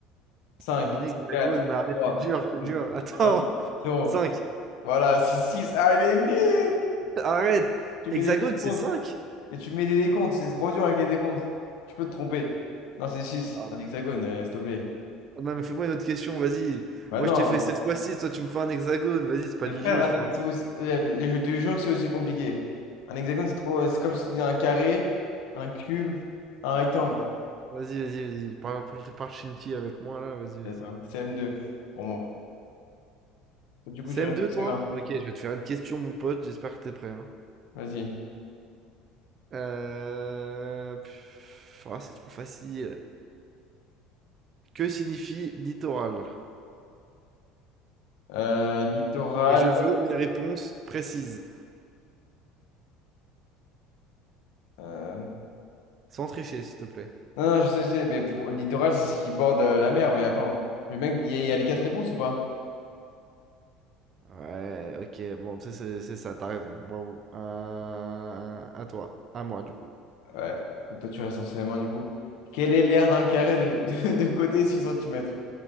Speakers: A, on the left; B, on the right.
A: cinq
B: Un hexagone,
A: quatre
B: mais arrête,
A: trois
B: c'est dur, c'est
A: deux
B: dur. <laughs> Attends,
A: un 0.
B: Cinq.
A: Voilà, c'est six Ah, il est nul!
B: Arrête!
A: Tu
B: Hexagone,
A: mets des décomptes.
B: c'est cinq.
A: Mais tu mets des décomptes, c'est trop dur avec les décomptes. Tu peux te tromper. Non, c'est six,
B: Ah
A: un hexagone, euh, s'il te plaît.
B: non, mais fais-moi une autre question, vas-y.
A: Bah
B: Moi,
A: non,
B: je t'ai fait 7 fois 6. toi tu me fais un hexagone. Vas-y, c'est pas
A: mes
B: du
A: frères,
B: jeu,
A: un
B: frère.
A: hex- c'est aussi- euh, je te jure que c'est aussi compliqué. Un hexagone, c'est trop... euh, c'est comme si tu disais un carré, un cube, un rectangle.
B: Vas-y, vas-y, vas-y. Parle parle parle chinti avec moi là, vas-y,
A: C'est
B: vas-y.
A: à toi, CM2, pour moi. Du coup,
B: CM2,
A: tu restes au CM1.
B: toi? Ok, je vais te faire une question, mon pote. J'espère que t'es prêt. hein.
A: Vas-y.
B: Euh, pff, ah, c'est trop facile. Que signifie littoral?
A: Euh, littoral.
B: Et je veux une réponse précise,
A: euh,
B: sans tricher, s'il te plaît.
A: Non, non, je sais, je sais, mais pour- littoral, c'est ce qui borde euh, la mer. Mais attends, le mec, il y, a il y a les quatre réponses ou pas?
B: Ouais, ok, bon, tu sais, c'est c'est ça, t'as raison. Bravo. À, à toi, à moi, du coup.
A: Ouais. Toi, tu restes en CM1 du coup. Quelle est l'aire d'un carré de, <laughs> de, côté six centimètres